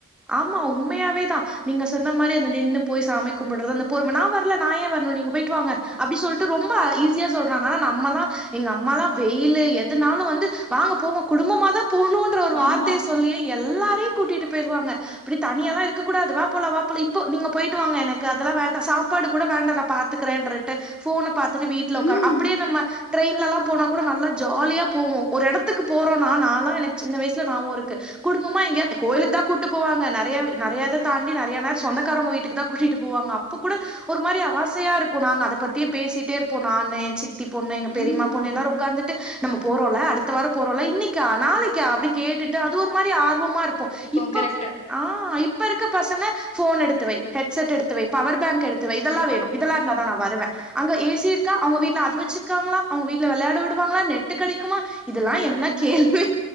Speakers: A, in the centre; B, on the left (about 30°).
A: ஆமா உண்மையாவே தா நீங்க சொன்ன மாரி அந்த நின்னு போய் சாமி கும்புடுறது அந்த பொறும நா வரல நா ஏ வரணு நீங்க போயிட்டு வாங்க அப்டி சொல்ட்டு ரொம்ப ஈஸியா சொல்றாங்க ஆனா நம்மல்லா எங்க அம்மால்லா வெயிலு எதனாலு வந்து வாங்க போவோம் குடும்பமாதா போணு ஒரு
B: ஆமா
A: வார்த்தய சொல்லி எல்லாரையு கூட்டிட்டு போயிருவாங்க அப்டி தனியெல்லா இருக்கக் கூடாது வா போலா வா போலா இப் ப நீங்க போயிட்டு வாங்க எனக்கு அதெல்லா வேண்டா சாப்பாடு கூட வேண்டா நா பாத்துக்கறேன்றட்டு போன பாத்துட்டு வீட்டுல
B: ம்
A: உக்கார அப்டியே நம்ம ட்ரெயின்லெல்லா போனா கூட நல்லா ஜாலியா போவோம் ஒரு எடத்துக்கு போறோம்னா நாள்ளா எனக்கு சின்ன வயசுல நாவோ இருக்கு குடும்பமா எங்யாவ்து கோயிலுக்கு தா கூட்டு போவாங்க நெறைய நெறையாத தாண்டி நெறைய நேரோ சொந்தக்காரவங்க வீட்டுக்கு தா கூட்டிட்டு போவாங்க அப்ப கூட ஒரு மாரி ஆசையா இருக்கு நாங்க அத பத்தியே பேசிட்டே இருப்போ நானு ஏ சித் தி பொண்ணு எங்க பெரிம்மா
B: ம்
A: பொண்ணு எல்லாரு உட்காந்துட்டு நம்ம போறோம்ல அடுத்த வாரோ போறோம்ல இன்னை கங்கா நாளைக்கா அப்டி கேட்டுட்டு அது ஒரு மாரி ஆர்வமா இருப்போ இப்
B: கரெக்ட்டு
A: ஆ இப்ப இருக்க பசங்க ஃபோன எடுத்துவை ஹெட்செட் எடுத்தவை பவர் பேங்கு எடுத்து து வை இதெல்லா வேணு இதெல்லா இருந்தாதா நா வருவே அங்க ஏசி இருக்கா அவுங்க வீட்டுல அது வச்சிருக்காங்களா அவங்க வீட்டுல வெளா‌ட விடுவாங்களா நெட்டு் கெடைக்குமா இதெல்லா என்ன கேள்வி